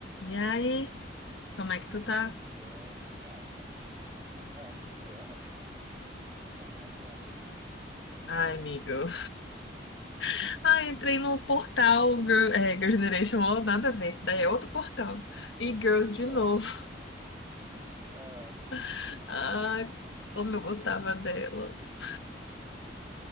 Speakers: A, on the left; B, on the right.
A: E aí, como é que tu tá?
B: E aí, gata? Ah, tô ótimo. Quais são as novas?
A: Ai, amigo. <laughs> Ai, entrei no portal Girl, é, Girl Generation, ó, nada a ver, isso daí é outro portal. E Girls de
B: Ah,
A: novo.
B: ah,
A: <laughs> Ai,
B: diga.
A: como eu gostava delas.